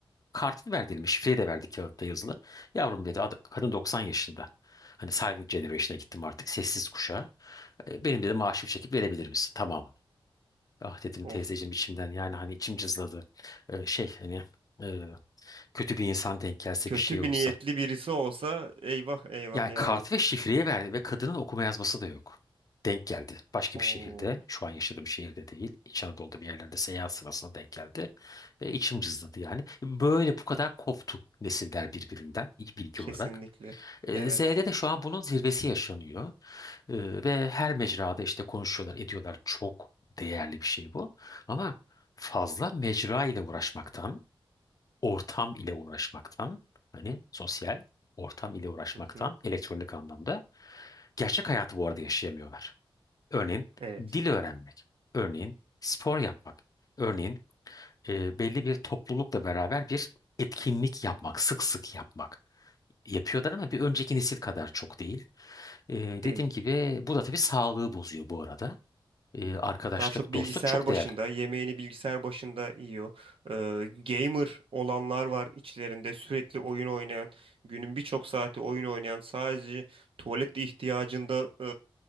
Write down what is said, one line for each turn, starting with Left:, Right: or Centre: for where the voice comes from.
Left: kartını ver dedim. Şifreyi de verdi kağıtta yazılı. Yavrum dedi ad- kadın 90 yaşında. Hani Silent Generation'a gittim artık sessiz kuşağa. E, Benim dedi maaşımı çekip verebilir misin tamamını. Ah dedim
Right: Of.
Left: teyzeciğim içimden yani hani içim cızladı. E, şey hani e, kötü bir insan denk gelse
Right: Kötü
Left: bir şey olsa.
Right: bir niyetli birisi olsa eyvah eyvah
Left: Yani
Right: yani.
Left: kart ve şifreyi verdi ve kadının okuma yazması da yok. Denk geldi. Başka
Right: Oo,
Left: bir şehirde. Şu an yaşadığım şehirde değil. İç Anadolu'da bir yerlerde seyahat sırasında denk geldi. Ve içim cızladı yani. Böyle bu kadar koptu nesiller birbirinden ilk bilgi
Right: kesinlikle.
Left: olarak. Ee,
Right: Evet.
Left: Z'de de şu an bunun zirvesi yaşanıyor. Ee, ve her mecrada işte konuşuyorlar, ediyorlar. Çok değerli bir şey bu. Ama fazla mecra ile uğraşmaktan, ortam ile uğraşmaktan, hani sosyal ortam ile uğraşmaktan,
Right: Hı hı.
Left: elektronik anlamda gerçek hayatı bu arada yaşayamıyorlar. Örneğin
Right: Evet.
Left: dil öğrenmek, örneğin spor yapmak, örneğin e, belli bir toplulukla beraber bir etkinlik yapmak, sık sık yapmak yapıyorlar ama bir önceki nesil kadar çok değil. E, dediğim
Right: Değil.
Left: gibi bu da tabii sağlığı bozuyor bu arada. E, arkadaşlık,
Right: Daha çok bilgisayar
Left: dostluk çok
Right: başında,
Left: değerli.
Right: yemeğini bilgisayar başında yiyor. Ee, gamer olanlar var içlerinde sürekli oyun oynayan, günün birçok saati oyun oynayan, sadece tuvalet ihtiyacında e,